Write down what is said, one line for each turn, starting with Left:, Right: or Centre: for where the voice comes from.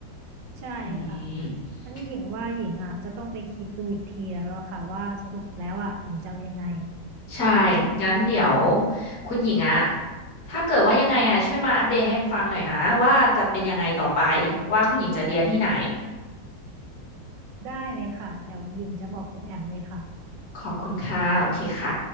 Right: ใช่ค่ะ
Left: อืม
Right: ฉันหญิงว่าหญิงอ่ะจะต้องไปคิดดูอีกทีแล้วอะค่ะว่าสรุปแล้วอ่ะหญิงจะเอายังไง
Left: ใช่งั้นเดี๋ยวคุณหญิงอะถ้าเกิดว่ายังไงอะช่วยมาอัปเดตให้แอมฟังหน่อยนะว่าจะเป็นยังไงต่อไปว่าคุณหญิงจะเรียนที่ไหน
Right: ได้เลยค่ะเดี๋ยวหญิงจะบอกคุณแอมเลยค่ะ
Left: ขอบคุณค่ะ โอเคค่ะ